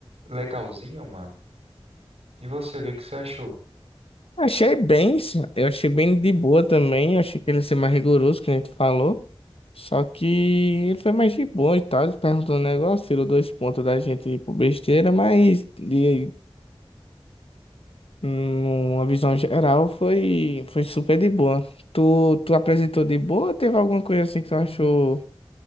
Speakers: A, on the right; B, on the left.
A: legalzinho, mano. E você, o que que você achou?
B: Achei bem, sim. eu achei bem de boa também. Achei que ele ia ser mais rigoroso, que a gente falou. Só que ele foi mais de boa e tal. Ele perguntou um negócio, tirou dois pontos da gente por besteira, mas ele Numa visão geral, foi, foi super de boa. Tu, tu apresentou de boa ou teve alguma coisa assim que tu achou